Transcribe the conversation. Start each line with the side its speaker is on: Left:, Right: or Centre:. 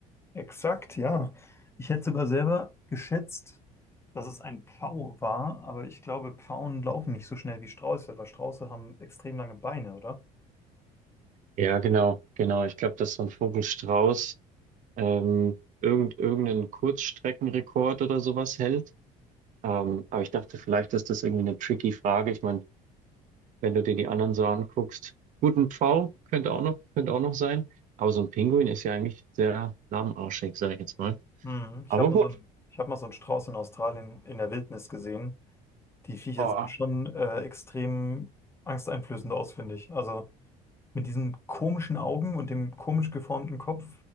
Left: exakt, ja. Ich hätte sogar selber geschätzt, dass es ein Pfau war, aber ich glaube, Pfauen laufen nicht so schnell wie Strauße, weil Strauße haben extrem lange Beine, oder?
Right: Ja, genau, genau. Ich glaube, dass so ein Vogelstrauß ähm, irgend, irgendeinen Kurzstreckenrekord oder sowas hält. Ähm, aber ich dachte, vielleicht ist das irgendwie eine tricky Frage. Ich meine, wenn du dir die anderen so anguckst, gut, ein Pfau könnte auch noch, könnte auch noch sein. Aber so ein Pinguin ist ja eigentlich sehr lahmarschig, sage ich jetzt mal.
Left: Hm, ich
Right: Aber
Left: habe mal
Right: gut,
Left: so einen, ich hab mal so einen Strauß in Australien in der Wildnis gesehen. Die Viecher
Right: boah,
Left: sehen schon äh, extrem angsteinflößend aus, finde ich. Also mit diesen komischen Augen und dem komisch geformten Kopf